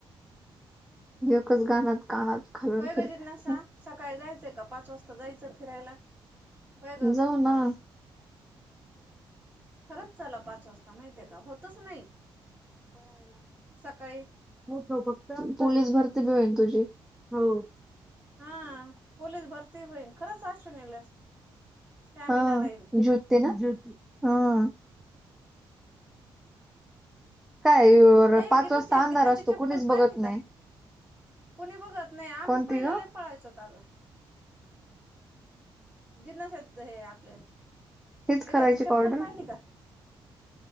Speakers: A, in the centre; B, on the right.
A: एकस गानत कानात घालून
B: होय गं
A: फिरतात
B: जिज्ञासा सकाळी जायचंय का, पाच वाजता जायचं फिरायला? होय ग
A: जाऊ ना.
B: <inaudible> खरंच चला पाच वाजता, माहितीय का, होतच नाही सकाळी.
A: मोठं फक्त, पोलीस भरती भी होईल तुझी. हो.
B: हा, पोलीस भरती होईल खरंच अश्विनीला स्टॅमिना
A: हं,
B: राहील
A: जुत्ती ना. हं काय
B: ए
A: पाच
B: गीताची-गीताची
A: वाजता अंधार असतो
B: चप्पल
A: कुणीच
B: पाहिली
A: बघत नाही
B: का? कुणी बघत नाही, आम्ही
A: कोणती
B: पहिले
A: ग
B: लय पाहायचोत अगं. जिज्ञासा हे आपलं
A: हीच करायची
B: गीताची
A: का
B: चप्पल
A: ऑर्डर
B: पाहिली का?